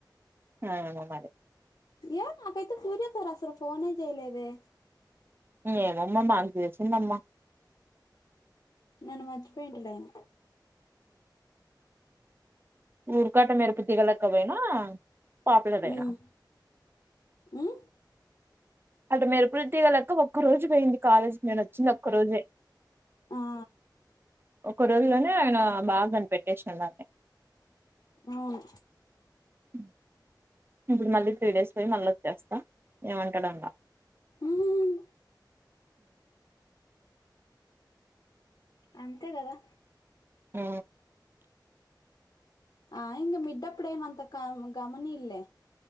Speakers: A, on the right; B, on the left.
A: ఏమో మరి
B: ఏ నాకైతే సూర్య సార్ అసలు ఫోనే చేయలేదే
A: ఏమోమ్మ మాకు చేసి ఉందమ్మా
B: నన్ను మర్చిపోయింటడు ఆయన
A: ఊర్ కట్ట మెరుపు తీగ లెక్క పోయినా పాపులరైనా
B: మ్మ్ మ్మ్
A: అటు మెరుపుడు తీగ లెక్క ఒక్క రోజు పోయింది కాలేజీకి నేను వచ్చిన ఒక్క రోజే
B: ఆ
A: ఒక రోజులోనే ఆయన బాగా కనిపెట్టేసాడు దాన్ని
B: అవును
A: అ ఇప్పుడు మళ్ళీ త్రీ డేస్ పోయి మళ్ళ వచ్చేస్తా ఏమంటడో ఇంక
B: మ్మ్ అంతే కదా
A: హ
B: ఆ ఇంక మిడ్ అప్పుడు ఏమి అంత క గమనీడు లె